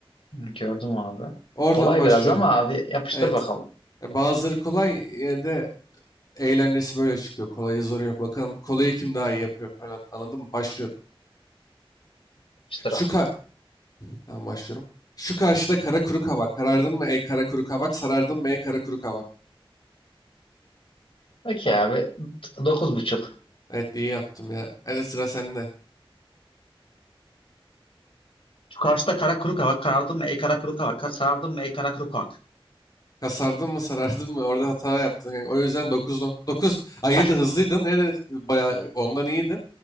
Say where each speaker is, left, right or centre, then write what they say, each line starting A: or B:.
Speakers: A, on the left (about 65°); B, on the left (about 40°).
A: Hı, Gördüm abi.
B: Oradan
A: Kolay
B: başlıyorum.
A: biraz ama abi yapıştır
B: Evet.
A: bakalım.
B: E, Bazıları kolay yine de eğlencesi böyle çıkıyor. Kolayı zoru yok. Bakalım kolayı kim daha iyi yapıyor falan. Anladın mı? Başlıyorum.
A: Yapıştır
B: Şu
A: abi.
B: ka tamam başlıyorum. Şu karşıda kara kuru kavak. Karardın mı ey kara kuru kavak? Sarardın mı ey kara kuru kavak?
A: Peki abi. Dokuz buçuk.
B: Evet iyi yaptım ya. Hadi sıra sende.
A: Şu karşıda kara kuru kavak karardın mı ey kara kuru kavak? Sarardın mı ey kara kuru kavak?
B: Kasardın mı sarardın mı orada hata yaptın. Yani o yüzden 9.9 ay yine
A: <laughs>
B: de hızlıydın yine de bayağı ondan iyiydin.